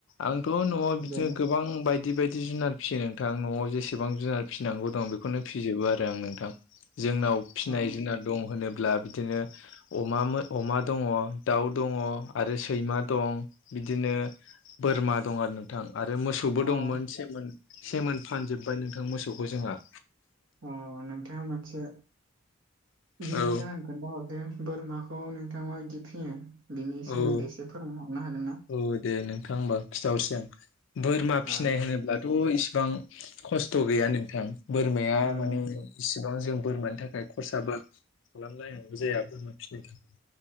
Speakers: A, on the left; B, on the right.
A: आंथ' न'आव बिदिनो
B: दे
A: गोबां बायदि बायदि जुनार फिसियो नोंथां न'आव जेसेबां जुनार फिसिनांगौ दं बेखौनो फिजोबो आरो आं नोंथां जोंनाव फिसिनाय
B: अ
A: जुनाद दं होनोब्ला बिदिनो अमा अमा दङ दाउ दङ आरो सैमा दं बिदिनो बोरमा दं आरो नोंथां आरो मोसौबो
B: अ
A: दंमोन सिमोन सिमोन फानजोबबाय नोंथां मोसौखौ जोंहा
B: अ नोंथाङा मोनसे बिनि
A: औ
B: जाहोन खोन्थाहरदो बोरमाखौ नोंथाङा बिदि फिसियो बिनि सोमोन्दै
A: औ
B: एसे फोरोंना हरनो हागोन ना
A: औ दे नोंथां होमबा खिन्थानिसै <unintelligible> आं बोरमा फिनाय
B: ओं दे
A: होनोब्लाथ' इसिबां खस्थ' गैया नोंथां बोरमाया
B: ओं
A: माने
B: दे
A: इसिबां जों बोरमानि थाखाय खरसाबो खालामलायनांगौ जाया बोरमा फिसिनो थाखाय